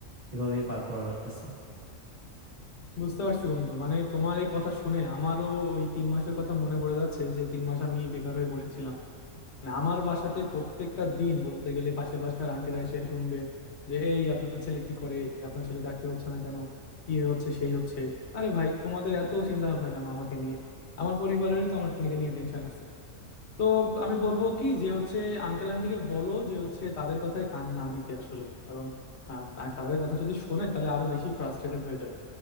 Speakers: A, on the right; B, on the left.
A: এভাবেই পার করা লাগতেছে
B: বুঝতে পারছি বন্ধু মানে তোমার এই কথা শুনে আমারও ওই তিন মাসের কথা মনে পড়ে যাচ্ছে যে তিন মাস আমি বেকার হয়ে বসেছিলাম মানে আমার বাসাতে প্রত্যেকটা দিন বলতে গেলে পাশের বাসার আন্টিরা এসে শুনবে যে এই আপনার ছেলে কি করে আপনার ছেলে চাকরি হচ্ছে না কেন কি হচ্ছে সেই হচ্ছে আরে ভাই তোমাদের এত চিন্তা ভাবনা কেন আমাকে নিয়ে আমার পরিবারেরই তো আমার নিয়ে টেনশন আছে তো আমি বলবো কি যে হচ্ছে আঙ্কেল আন্টিকে বলো যে হচ্ছে তাদের কথায় কান না দিতে আসলে কারণ আহ, আর তাদের কথা যদি শোনে তাহলে আরো বেশি ফ্রাস্ট্রেটেড হয়ে যাবে